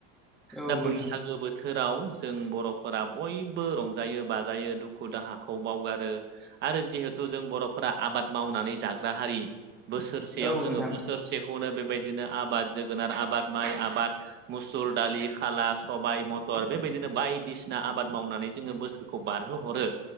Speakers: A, in the centre; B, on the right.
A: औ
B: दा
A: नोंथां
B: बैसागो बोथोराव जों बर'फोरा बयबो रंजायो बा जायो दुखु दाहाखौ बावगारो। आरो जिहेथु जों बर'फोरा आबाद मावनानै जाग्रा हारि बोसोरसेयाव
A: औ
B: जोङो
A: नोंथां
B: बोसोरसेखौनो बेबायदिनो आबाद जोगोनार आबाद माइ आबाद मुसुर दालि खाला सबाय मथर बेबायदिनो बायदिसिना आबाद मावनानै जोङो बोसोर बारहो हरो।